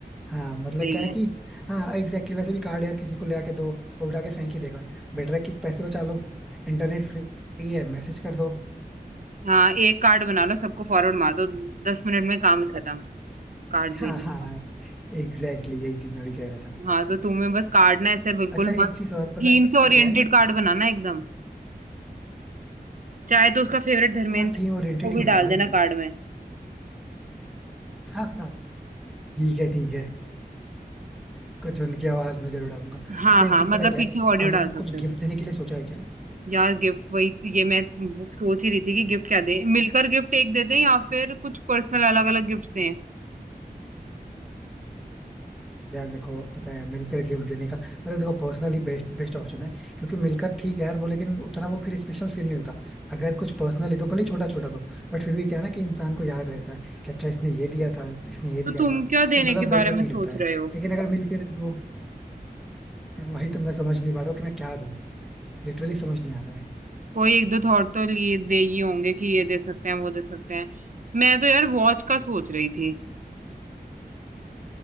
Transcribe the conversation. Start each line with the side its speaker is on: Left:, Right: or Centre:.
Centre: हाँ मतलब
Right: सही
Centre: क्या है
Right: है
Centre: कि हाँ एग्जैक्टली exactly, वैसे भी कार्ड यार किसी को ले आके दो वो उठा के फेंक ही देगा बेटर है कि पैसे बचा लो इंटरनेट फ्री है मैसेज कर दो
Right: हाँ एक कार्ड बना लो सबको फॉरवर्ड मार दो दस मिनट में काम खत्म कार्ड
Centre: हाँ
Right: भेजने
Centre: हाँ
Right: का
Centre: एग्जैक्टली exactly, यही चीज मैं भी कह रहा था
Right: हाँ तो तुम्हें बस कार्ड ना ऐसे बिल्कुल
Centre: अच्छा
Right: मत
Centre: एक
Right: थीम
Centre: चीज और पता
Right: से ओरिएंटेड
Centre: है क्या है
Right: कार्ड बनाना एकदम चाहे तो उसका फेवरेट धर्मेंद्र
Centre: हाँ थीम ओरिएंटेड
Right: को
Centre: ही
Right: भी
Centre: बनाऊंगा
Right: डाल देना
Centre: इनफैक्ट
Right: कार्ड में
Centre: हाँ हाँ ठीक है ठीक है कुछ उनकी आवाज में जरूर डालूंगा
Right: हाँ
Centre: अच्छा एक
Right: हाँ
Centre: चीज
Right: मतलब
Centre: पता है क्या
Right: पीछे
Centre: है
Right: ऑडियो
Centre: अ, मतलब
Right: डाल सकते
Centre: कुछ
Right: हो
Centre: गिफ्ट देने के लिए सोचा है क्या
Right: यार गिफ्ट वही तो- ये मैं वो सोच ही रही थी कि गिफ्ट क्या दें मिलकर गिफ्ट एक देते हैं या फिर कुछ पर्सनल अलग अलग गिफ्ट्स दें
Centre: यार देखो पता है मिलकर गिफ्ट देने का मतलब देखो पर्सनली बेस्ट बेस्ट ऑप्शन है क्योंकि मिलकर ठीक है यार वो लेकिन उतना वो फिर स्पेशल फील नहीं होता अगर कुछ पर्सनली दो भले छोटा छोटा दो बट फिर भी क्या है ना कि इंसान को याद रहता है कि अच्छा इसने ये दिया था इसने ये दिया
Right: तो तुम
Centre: था
Right: क्या देने
Centre: तो ज्यादा
Right: के
Centre: बेटर
Right: बारे में
Centre: फील
Right: सोच
Centre: होता है
Right: रहे हो
Centre: लेकिन अगर मिलके दे दो वही तो मैं समझ नहीं पा रहा हूँ कि मैं क्या दूं लिटरली समझ नहीं आ रहा है
Right: कोई एक दो थॉट तो लिए दे ही होंगे कि ये दे सकते हैं वो दे सकते हैं मैं तो यार वॉच का सोच रही थी